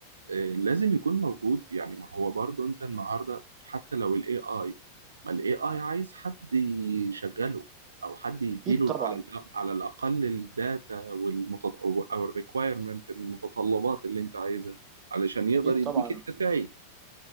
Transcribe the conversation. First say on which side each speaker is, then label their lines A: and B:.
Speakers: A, on the right (about 70°); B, on the right (about 30°).
A: آه، لازم يكون موجود يعني ما هو برضو انت النهارده حتى لو الاي اي ما الاي اي عايز حد يشغله او حد يديله
B: اكيد طبعا
A: على الأق- على الاقل الداتا والمتط... او أو الريكوايرمنت المتطلبات اللي انت عايزها علشان يقدر
B: اكيد
A: يديك
B: طبعا
A: النتائج